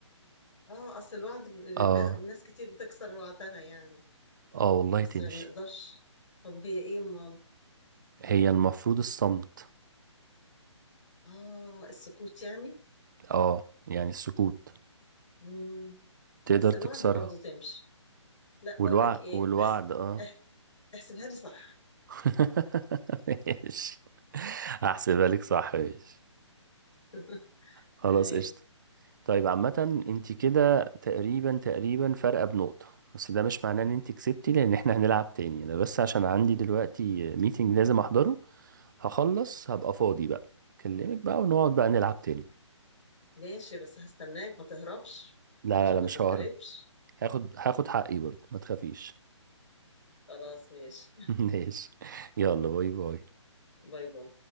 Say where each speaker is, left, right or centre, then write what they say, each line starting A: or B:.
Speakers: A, on the left; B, on the right.
A: اه اصل الوعد ب- النا-
B: اه
A: الناس كتير بتكسر وعدها يعني
B: اه والله
A: بس
B: تمشي
A: ما بنقدرش طب وهي ايه امال
B: هي المفروض الصمت
A: اه السكوت يعني
B: اه يعني السكوت
A: مم.
B: تقدر
A: بس
B: تكسرها
A: الوعد برضو تمشي لا بقول
B: والوعد
A: لك ايه
B: والوعد
A: احس...
B: اه
A: اح- احسبها لي صح
B: <laughs> ماشي هحسبها لك صح ماشي
A: <laughs>
B: خلاص
A: تمام
B: قشطة طيب عامة انت كده تقريبا تقريبا فارقة بنقطة بس ده مش معناه ان انت كسبتي لان احنا هنلعب تاني انا بس عشان عندي دلوقتي ميتنج لازم احضره هخلص هبقى فاضي بقى اكلمك بقى ونقعد بقى نلعب تاني
A: ماشي بس هستناك ما تهربش
B: لا
A: عشان
B: لا لا
A: ما
B: مش
A: تتغلبش
B: ههرب هاخد هاخد حقي برضه ما تخافيش
A: خلاص ماشي
B: <laughs> ماشي يلا باي باي
A: <laughs> باي باي